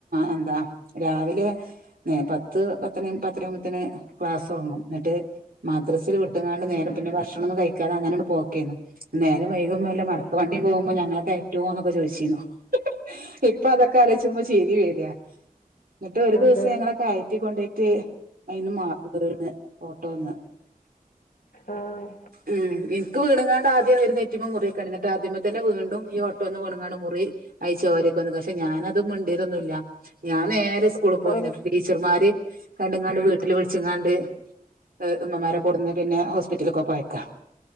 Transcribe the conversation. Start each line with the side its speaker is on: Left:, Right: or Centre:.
Right: എന്താ രാവിലെ പത്ത് പത്തന പത്തര ആകുമ്പത്തേക്ക് ക്ലാസ്സ് തൊടങ്ങും എന്നിട്ട് മദ്രസെ വി ങ്ങാണ്ട് നേരെ
Left: ആഹ്.
Right: പിന്നെ ഭക്ഷണമൊ ന്നും കഴിക്കാതെ അങ്ങനണ് പോക്ക്‌ കേന്നു നേരം വൈകുമ്പോ വെല്ല
Left: അതെ.
Right: മടക്കു വണ്ടി പോകുമ്പോ ഞങ്ങളെ കയ് റ്റോന്നൊക്ക ചോദിച്ചു ച്ചിനോ ഇപ്പൊ അതൊക്കെ ആലോചിച്ചപ്പോ ചിരി വരുവാ എന്നിട്ട് ഒരു
Left: അതെ.
Right: ദിവസം ഞങ്ങളെ കയറ്റികൊണ്ടയിട്ടു അയിന്ന് വീണ് ഓട്ടോന്ന്
Left: ആഹ്.
Right: ഉം എനിക്ക് വീ ങ്ങാണ്ട് ആദ്യം എഴുന്നേറ്റപ്പോ മുറിവോക്കെയുണ്ടായി എന്നിട്ട് അതിമെ തന്നെ വീണ്ടും ഈ ഓട്ടോന്ന് വീണങ്ങാണ്ട് മുറിവായി ചോരയൊക്കെ വന്ന് പക്ഷെ ഞാനത് മിണ്ടിയതൊന്നുമില്ല ഞാ നേരെ സ് സ്കൂളിൽ പോയിന്ന്
Left: ആണ്.
Right: ടീച്ചർമാര് കണ്ടുംങ്ങാണ്ട് വീട്ടില് വിളിച്ചങ്ങാണ്ട് <unintelligible> ഉമ്മമാരെ കൊണ്ടെന്ന് പിന്നെ ഹോസ്പിറ്റലൊക്കെ പോയക്കുവാ